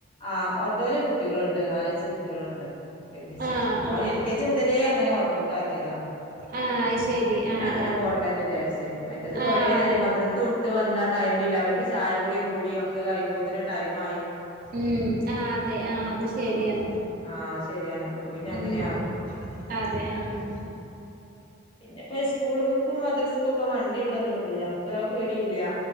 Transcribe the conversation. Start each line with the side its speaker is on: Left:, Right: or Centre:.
Left: ആഹ് ഓട്ടോല് കുട്ടികള്ണ്ട് നാലഞ്ച് കുട്ടികള്ണ്ട് ഒരുമിച്ച്
Right: ആഹ്
Left: അപ്പൊ
Right: ആഹ്
Left: എൽ കെ ജി മുതലേ അങ്ങനെ ഓട്ടോക്കാക്കിയതാണ്
Right: ആഹ് അത് ശരി
Left: അപ്പപിന്നങ്ങനെ
Right: ആഹ് ആഹ്
Left: പോട്ടേന്ന് വിചാര്ച്ച് മറ്റത് കൊറേ
Right: ആഹ് അതെ
Left: നേരം മദ്ര സുട്ട് വന്നാ ടൈമില്ല അവർക്ക് ചായ കുടിയും കുളിയും ഒക്കെ കഴിയുപോത്തിന് ടൈമായി
Right: ഉം ആഹ് അതെ ആഹ് അത് ശെരിയാണ്
Left: ആഹ് അത് ശരിയാണ് അപ്പൊ പിന്നെ അങ്ങനെ
Right: ഉം
Left: ആക്കി
Right: അതെ ആഹ്
Left: പിന്നെ ഇപ്പൊ സ്കൂൾക്കും മദ്രസ്ക്കൊക്കെ വണ്ടിള്ളതോണ്ടെ നമുക്ക് ആഹ് പേടിയില്ല